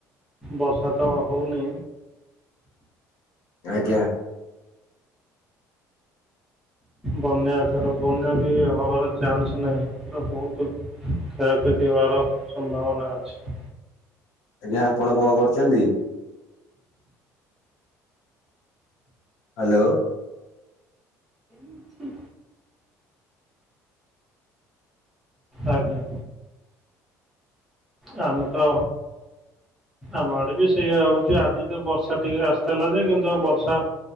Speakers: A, in the centre; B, on the left.
A: ବର୍ଷା ତ ହଉନି
B: ଆଜ୍ଞା।
A: ବନ୍ୟା ଏଥର ବନ୍ୟା ବି ହବାର ଚାନ୍ସ ନାହିଁ, ଏଥର ବହୁତ କ୍ଷୟକ୍ଷତି ହବାର ସମ୍ଭାବନା ଅଛି।
B: ଆଜ୍ଞା ଆପଣ କଣ କରୁଛନ୍ତି। ହ୍ୟାଲୋ।
A: ହୁଁ। ଆଜ୍ଞା। ଆମେ ତ ଆମ ଆଡେ ବି ସେଇଆ ହଉଛି ଆଜି ତ ବର୍ଷା ଟିକେ ଆସିଥିଲା ଯେ କିନ୍ତୁ ବର୍ଷା